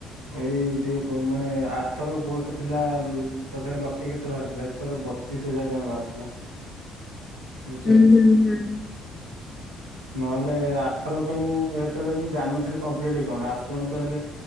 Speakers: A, on the right; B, on the left.
A: ଏଇ ଟିକେ ମାନେ ଆରଥର ପୋଷ୍ଟ ଥିଲା ତଥାପି ଲକ୍ଷେ କେତେ ବାହାରିଥିଲା ଏଥର ବ ପଚିଶ ହଜାର ଜମା ବାହାରିଥିଲା। ବୁଝୁଛନ୍ତି।
B: ହୁଁ ହୁଁ ହୁଁ।
A: ନହେଲେ ଆରଥର ତ ମୁଁ ସେତେବେଳେ ମୁଁ ଜାଣିନଥିଲି କମ୍ପିଟେଟିଭ କଣ, ଆପଣ ତ ହେଲେ